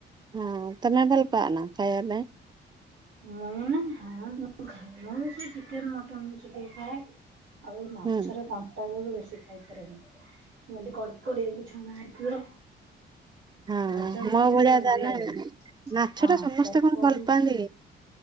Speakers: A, on the right; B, on the right.
A: ହଁ ତମେ ଭଲ ପାଅ ନା ଖାଇବା ପାଇଁ?
B: ମୁଁ ନା ହଁ ମୁଁ ଖାଏ ମୁଁ ବି ସେଇ ଚିକେ ମଟନ ବେଶି ଟିକେ ଖାଏ। ଆଉ ଏଇ ମାଛରେ
A: ହୁଁ
B: କଣ୍ଟା ଯୋଗୁ ବେଶୀ ଖାଇପାରେନି। ମାନେ କଡକଡି ହେଇକି ଛଣା ହେଇଥିବ।
A: ହଁ
B: ଭଜା ମାଛ
A: ମୋ
B: ଗୁରା
A: ଭଳିଆ
B: ଟିକେ ଭଲ
A: ତାହେଲେ
B: ଲାଗେ
A: ମାଛ
B: ହଁ
A: ଟା ସମସ୍ତେ
B: ତରକାରୀ
A: କଣ ଭଲ ପାଆନ୍ତି